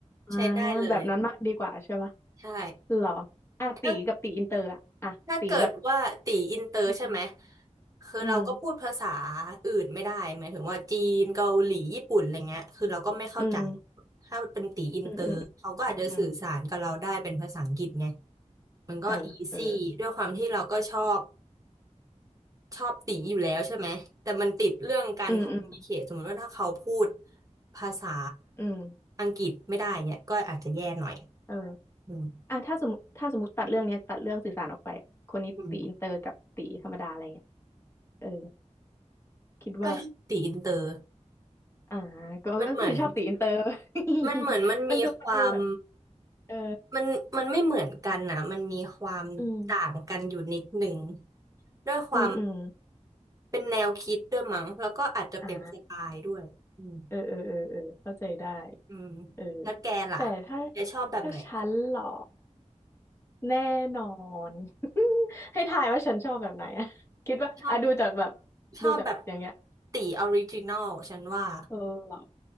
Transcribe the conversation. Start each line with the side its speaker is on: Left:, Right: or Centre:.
Left: อ่า
Right: ใช้ได้เลย
Left: แบบนั้นมากดีกว่าใช่ปะ
Right: ใช่
Left: หรออ่ะตีกับตีอินเตอร์อ่ะอ่ะตีแบบ
Right: ถ้า ถ้าเกิดว่าตีอินเตอร์ใช่ไหม
Left: อืม
Right: คือเราก็พูดภาษา
Left: อืม
Right: อื่นไม่ได้หมายถึงว่าจีนเกาหลีญี่ปุ่นอะไรเงี้ยคือเราก็ไม่เข้าใจ
Left: อืม
Right: ถ้าเป็นตีอินเตอร์เขาก็อาจจะสื่อสารกับเราได้เป็นภาษาอังกฤษไง
Left: อืมอืมอืมอืม
Right: มันก็อีซี่ด้วยความที่เราก็ชอบ
Left: เออเออ
Right: ชอบตีอยู่แล้วใช่ไหมแต่มันติดเรื่องการคอมมูนิเคชสมมติว่าถ้าเขาพูด
Left: เออออืมอืม
Right: ภาษา
Left: อืม
Right: อังกฤษไม่ได้เนี่ยก็อาจจะแย่หน่อย
Left: เออ
Right: อืม
Left: อ่ะถ้าสมมติถ้าสมมติตัดเรื่องเนี้ยตัดเรื่องสื่อสารออกไปคนนี้ตีอินเตอร์กับตีธรรมดาอะไรเงี้ย
Right: อืม
Left: เออคิดว่า
Right: ก็ถ้าตีอินเตอร์
Left: อ่าก็ก็คือชอบตีอินเตอร์
Right: มันเหมือน
Left: <laughs>
Right: มันเหมือนมันมีความ
Left: มันดูมันดูแบบเออ
Right: มันมันไม่เหมือนกันนะมันมีความต่างกันอยู่นิดหนึ่ง
Left: อืม
Right: ด้วยความ
Left: อืมอืม
Right: เป็นแนวคิดด้วยมั้งแล้วก็อาจจะเป็นสไตล์ด้วยอืม
Left: อ่าเออเออเออเออเข้าใจได้
Right: อืม
Left: เออ
Right: แล้วแกล่ะ
Left: แต่ถ้า
Right: แกชอบแบบไหน
Left: ถ้าฉันเหรอแน่นอน <laughs> ให้ทายว่าฉันชอบแบบไหนอะคิดว่าอ่ะดูจากแบบ
Right: ชอบชอบแบบ
Left: ดูจากอย่างเงี้ย
Right: ตีออริจินอลฉันว่า
Left: เออเหรอ